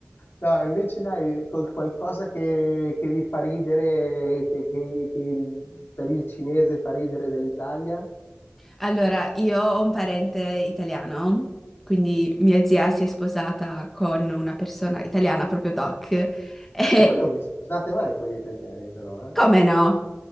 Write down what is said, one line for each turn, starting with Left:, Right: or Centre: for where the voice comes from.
Left: No, invece dai, col qualcosa che, che vi fa ridere, che, che- che per il cinese fa ridere dell'Italia.
Centre: Allora, io ho un parente italiano, quindi mia zia si è sposata con una persona italiana, proprio Doc. <laughs> E
Left: Eh, voi non vi scusate mai con gli italiani, però, eh?
Centre: come no?